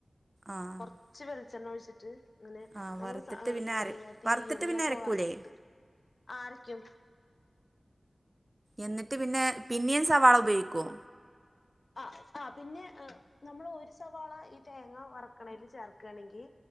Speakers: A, on the right (about 30°); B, on the left (about 65°).
A: ആഹ്
B: കൊർച്ച് വെളിച്ചെണ്ണ ഒഴിച്ചിട്ട് അങ്ങനെ
A: ആഹ്
B: നമ്മള്
A: വറുത്തിട്ട് പിന്നെ
B: എന്താ
A: അര
B: പറയാ തീയലിനൊക്കെ
A: വറുത്തിട്ട് പിന്നെ അരക്കൂലേ
B: വറത്ത് ആഹ് അരക്കും
A: എന്നിട്ട് പിന്നെ പിന്നീ സവാള ഉപയോഗിക്കുമോ
B: ആഹ് ആഹ് പിന്നെ നമ്മൾ ഒരു സവാള ഈ തേങ്ങ വറക്കാണെൽ ചേർക്കാണങ്കി